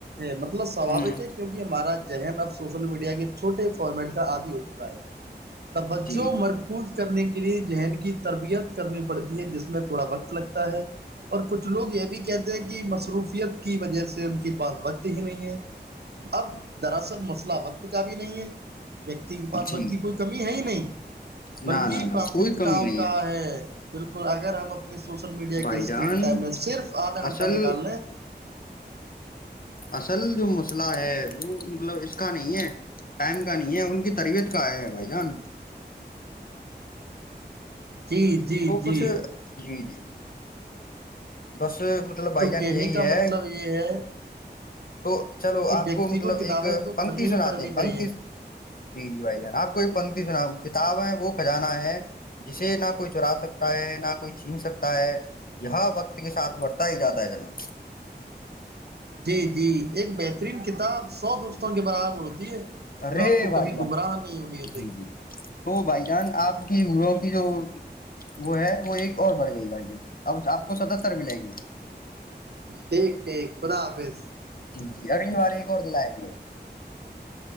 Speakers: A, on the right; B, on the left.
A: مطلب سواک
B: ہوں
A: ہے کیونکہ ہمارا ذہن اب سوشل میڈیا کے چھٹے فارمیٹ کا عادی ہو چکا ہے توجہ
B: جی
A: مرکوز کرنے کے لی ذہن کی تربیت کرنی پڑتی ہے جس میں تھوڑا وقت لگتا ہے اور پ کچھ لوگ یہ بھی کہتے ہیں کہ مصروفیت کی وجہ سے ان کے پاس وقت ہی نہیں ہے اب دراصل مسئلہ وقت کا بھی نہیں ہے ویکتی کے پاس
B: جی
A: وکتی کی کوئی کمی ہے ہی نہیں
B: نہ
A: بلکہ
B: نہ
A: پراتھمکتا
B: نہ کوئی کمی نہیں
A: کا ہے بالکل اگر ہم اپنی سوشل میڈیا
B: بھائی
A: کے اسکرین
B: جان
A: میں صرف آدھا گھنٹہ
B: اصل
A: نکالنےیں
B: اصل جو مسئلہ ہے وہ مطلب اس کا نہیں ہے ٹائم کا نہیں ہے ان کی تربیت کا ہے بھائی جان
A: جی جی
B: تو
A: جی
B: کچھ جی جی بس مطلب بھائی
A: تو
B: جان
A: کہنے
B: یہی
A: کا
B: ہے
A: مطلب یہ ہے
B: تو چلو
A: کہ
B: آپ
A: ویکتی
B: کو مطلب
A: کتابیں
B: ایک
A: تو
B: پنکتی
A: پڑھنی
B: سناتے
A: ہی پڑھنی
B: ہیں
A: چاہیے
B: پنکتی جی جی بھائی جان آپ کو ایک پنکتی سنا کتابیں وہ کھجانا ہے جسے نام کوئی چرا سکتا ہے نہ کوئی چھین سکتا ہے یہ وقت کے ساتھ مڑھتا ہی جاتا ہے جناب
A: ج جی ایک بہترین کتاب سو دوستوں کے برابر ہوتی ہے جو
B: ررے
A: آپ کو
B: بھائی
A: کبھی
B: جان
A: گمراہ نہیں ہونی چاہیے
B: جی جی تو بھائی جان آپ کی گرو کی جو وہ ہے وہ ایک اور بڑ گئی بائی ہے اب آپ کو ستتر ملیں گے
A: ٹھیک ٹھیک خدا حافظ
B: جی جی اگلی بار ایک اور دلیں گ